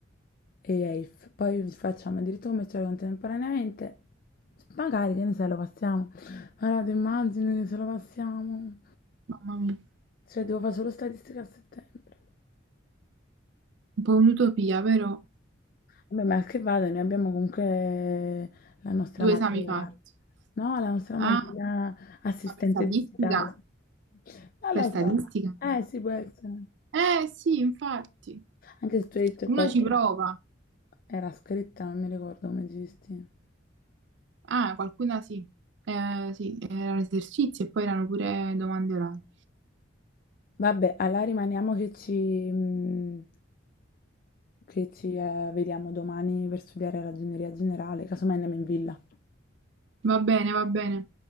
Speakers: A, on the left (about 45°); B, on the right (about 65°).
A: e Elf. Poi facciamo il diritto commerciale contemporaneamente. Magari, che ne sai, lo passiamo. Allora, ti immagini che se lo passiamo?
B: Mamma mia,
A: Cioè, devo fare solo statistica a settembre.
B: un po' un'utopia, però
A: Vabbè, ma che vada, noi abbiamo comunque la nostra
B: due
A: materia,
B: esami fatti.
A: no? La nostra
B: Ah,
A: materia assistente
B: ma per statistica?
A: digitale. Non
B: Per
A: lo
B: statistica?
A: so. Eh, sì, può essere.
B: Eh sì, infatti,
A: Anche se tu hai detto che
B: uno
A: qualcuno
B: ci prova.
A: era scritta, non mi ricordo come esisti.
B: Ah, qualcuna sì. Eh, sì, erano esercizi e poi erano pure domande orali.
A: Vabbè, allora rimaniamo che ci, mm, che ci eh, vediamo domani per studiare ragioneria generale, casomai andiamo in villa.
B: Va bene, va bene.